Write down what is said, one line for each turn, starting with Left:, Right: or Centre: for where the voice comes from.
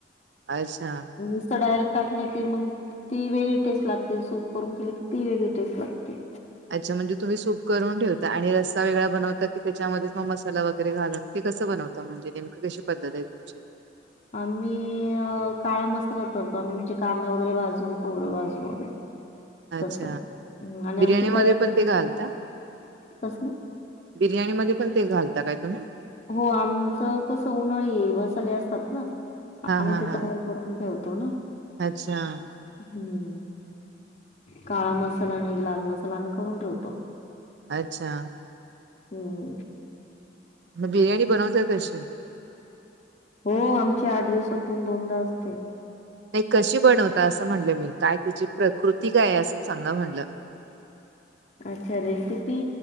Right: अच्छा
Left: मस डायरेक्ट टाकले की मग ती वेगळी टेस्ट लागते सूप करून केली की ती वेगळी टेस्ट लागते
Right: अच्छा म्हणजे तुम्ही सूप करून ठेवता आणि रस्सा वेगळा बनवता की त्याच्यामध्येच मग मसाला वगैरे घालून कसं बनवता म्हणजेमक कशी पद्धत आहे तुमची
Left: ह आम्ही काळा मसाला करतो आम्ही म्हणजे कांदा वगैरे भाजून खोबरं भाजून वगैरे
Right: अच्छा
Left: तस आणि
Right: बिर्याणी
Left: आमची
Right: मध्ये
Left: तयारी
Right: पण ते घालता
Left: तस
Right: बिर्याणीमध्ये पण ते घालता काय तुम्ही
Left: हो आमचं कस उन्हाळी बसाले असतात ना
Right: हा
Left: आम्ही
Right: हा
Left: ते
Right: हा
Left: तयार करून ठेवतो ना
Right: अच्छा
Left: हम्म काळा मसाला आणि लाल मसाला आम्ही करून ठेवतो
Right: अच्छा
Left: होम्
Right: मग बिर्याणी बनवताय कशी
Left: हो आमच्या आठ दिवसातून दोनदा असते
Right: नाही कशी बनवता असं म्हणलं मी काय त्याची प्रकृती काय आहे असं सांगा म्हणलं
Left: अच्छा रेसिपी